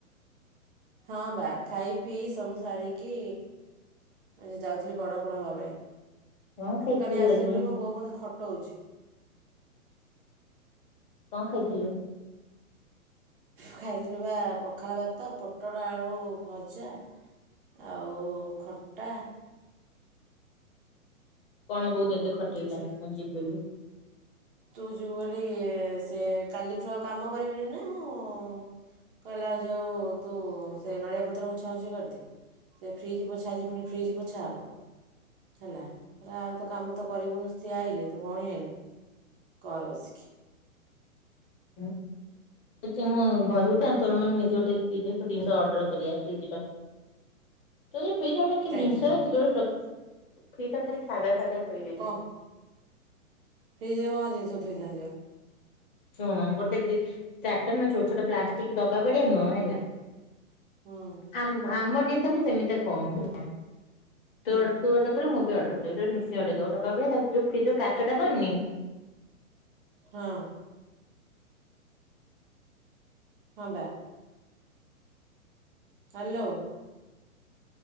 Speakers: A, on the right; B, on the left.
A: ହଁ ବା ଖାଇ ପିଇ ସବୁ ସାରିକି ଏବେ ଯାଉଥିଲି ଗଡପଡ ହବା ପାଇଁ।
B: କଣ ଖାଇଥିଲୁ
A: ତୁ କାଲି ଆସିବୁ
B: ଆଜି
A: ବୋଲି ମୋ ବୋଉ ମତେ ଖଟଉଛି।
B: କଣ ଖାଇଥିଲୁ?
A: ଖାଇଥିଲୁ ବା ପଖାଳ ଭାତ ପୋଟଳ ଆଳୁ ଭଜା। ଆଉ ଖଟା।
B: କଣ ବୋଉ ତତେ ଖଟେଇଲା,
A: ବୁଝିଲୁ
B: ମୁଁ ଯିବି ବିଲିି?
A: ତୁ ଯିବୁ ବୋଲି ସେ କାଲିଠୁ ଆଉ କାମ କରିବନି ନା କଣ? କହିଲା ଯୋଉ ତୁ ସେ ନଡିଆ ପତ୍ର ଉଁଛା ଉଁଛି କରିଦେ। ସେ ଫ୍ରିଜ୍ ପୋଛା ଆଜି ପୁଣି ଫ୍ରିଜ୍ ପୋଛା ହବ ହେଲା। ପରେ ଆଉ ତ କାମ ତ କରିବୁନି ସିଏ ଆଇଲେ ତୋ ଭଉଣୀ ଆଇଲେ କର ବସିକି।
B: <inaudible> କହୁଚି ମୁଁ ଘରୁ କାଇଁ ତୋର ମୋର ନିଜ <unintelligible> ଜିନିଷ ଅର୍ଡର କରିବା ଫ୍ରିଜ ଟା। <unintelligible>
A: କାହିଁକି ବା
B: <inaudible>
A: କଣ ଫ୍ରିଜରେ କଣ ଜିନିଷ ଥୋଇଥାନ୍ତି ଆଉ?
B: ଶୁଣ ଗୋଟେ <unintelligible> ଛୋଟ ଛୋଟ ପ୍ଲାଷ୍ଟିକ୍ ଡବା ଭଳିଆ ନୁହଁ ହେଲା।
A: ହୁଁ
B: ଆ-ଆମ ଦିଟାକୁ ସେମିତିଆ କଅନି ହେଲା।
A: ହୁଁ
B: ତୋର ତୁ ଗୋଟେ ମୁଁ ବି ଅର୍ଡର କରିବି। ମିଶିକି ଅର୍ଡର କରିଆ। ତାକୁ ଯୋଉ ଫ୍ରିଜର କାଚଟା ବନି।
A: ହଁ। ହଁ ବା। ହ୍ୟାଲୋ।